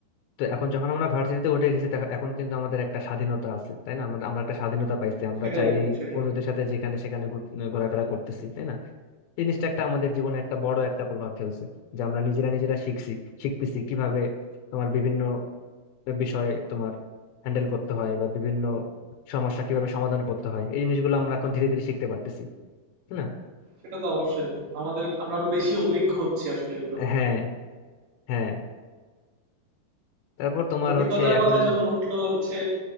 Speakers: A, on the left; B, on the right.
A: তো এখন যখন আমরা ভার্সিটিতে উঠে গেছি তখ- এখন কিন্তু আমাদের একটা স্বাধীনতা আছে তাই না আমাদের আমরা একটা স্বাধীনতা পাইছি আমরা
B: সেটাই
A: চাইলেই
B: বন্ধু সেটাই
A: বন্ধুদের সাথে যেখানে সেখানে ঘুর- ঘোরাফেরা করতেছি তাই না জিনিসটা একটা আমাদের জীবনে একটা বড় একটা প্রভাব ফেলছে যে আমরা নিজেরা নিজেরা শিখছি শিখতেছি কিভাবে তোমার বিভিন্ন বিষয় তোমার হ্যান্ডেল করতে হয় বা বিভিন্ন সমস্যা কিভাবে সমাধান করতে হয় এই জিনিসগুলো আমরা এখন ধীরে ধীরে শিখতে পারতেছি তাই না
B: সেটা তো অবশ্যই বন্ধু আমাদের আমরা আরো বেশি অভিজ্ঞ হচ্ছি আসলে এগুলোর
A: <laughs> হ্যাঁ হ্যাঁ তারপর তোমার
B: অভিজ্ঞতার
A: হচ্ছে এখন
B: কথা যখন উঠলো হচ্ছে